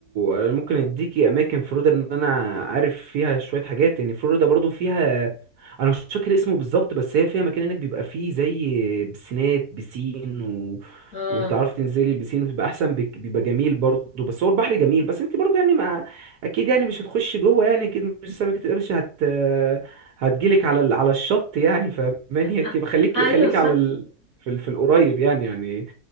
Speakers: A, on the right; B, on the left.
A: أنا ممكن اديكي اماكن فلوريدا ان انا عارف فيها شوية حاجات يعني فلوريدا برضه فيها انا مش فاكر اسمه بالظبط بس هي فيها مكان هناك بيبقى فيه زي بسينات بسين
B: اه
A: وتعرفي تنزلي البسين وتبقى احسن بك- بيبقى جميل برضه بس هو البحر جميل بس انت برضه يعني ما اكيد يعني مش هتخشي جوه يعني اكيد مش سمكة القرش هت هتجيلك على ال... على الشط يعني فماني انت
B: أ-
A: بخليكي
B: ايوه
A: خليكي على ال... في ال... في القريب يعني يعني